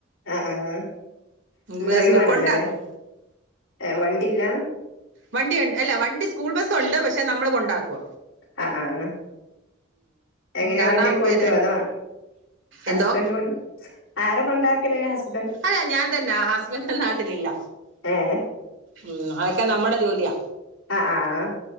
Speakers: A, on the left; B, on the right.
A: അഹ് ആഹ് ഇന്ന്
B: ബസ്
A: ഒഴിവാണല്ലോലേ
B: കൊണ്ടാക്കും
A: ഏഹ് വണ്ടില്ല.
B: വണ്ടിണ്ട് അല്ല വണ്ടി സ്കൂൾ ബസ്സുണ്ട് പക്ഷെ നമ്മള് കൊണ്ടാക്കുവ
A: അഹ് അഹ്. എങ്ങനെയാ
B: കാരണം
A: വണ്ടിയൊക്കെ
B: പിന്നെ
A: ഓട്ടു അതോ ഹസ്ബൻന്റ്
B: എന്തോ
A: കൊണ്ട് ആരാ കൊണ്ടാക്കല് ഹസ്
B: അല്ല ഞാൻ തന്നെ ആ ഹസ്ബൻടൊന്നും നാട്ടിലില്ല.
A: ഏ
B: ഉം അതൊക്കെ നമ്മടെ ജോലിയാ.
A: അഹ് അഹ്.